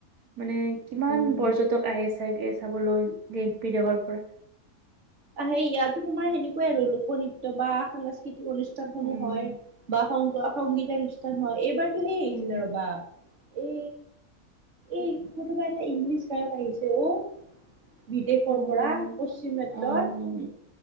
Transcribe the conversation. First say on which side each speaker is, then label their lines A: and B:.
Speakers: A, on the right; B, on the right.
A: মানে কিমান
B: উম
A: পৰ্যটক আহে চাগে চাবলৈ দেশ বিদেশৰ পৰা
B: আহ সে ইয়াতো তোমাৰ সেনেকুৱাই আৰু লোক নৃত্য বা সাংস্কৃতিক অনুষ্ঠানসমোনো
A: উম
B: হয় বা সং সংগীতৰ অনুষ্ঠান হয় এইবাৰ সেই আহিছিলে
A: উম
B: ৰবা এ এই কতোবা এটা ইংলিছ গাৰপ আহিছে অ বিদেশৰ
A: অ
B: পৰা পশ্চিম তই
A: অ